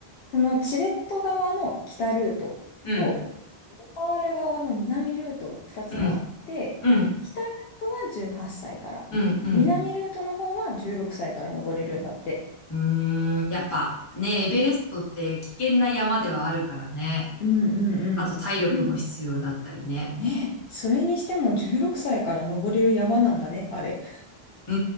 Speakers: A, on the left; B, on the left.
A: そのチベット側の北ルートと、
B: うん、
A: ネパール側の南ルートの2つがあって、
B: うん、うん、
A: 北ルートは18歳から、
B: うん、うん。
A: 南ルートの方は16歳から登れるんだって。
B: うーん、やっぱね、エベレストって危険な山ではあるからね。
A: うんうんうん。
B: あと体力も必要だったりね。
A: でもねそれにしても16歳から登れる山なんだね、あれ。
B: う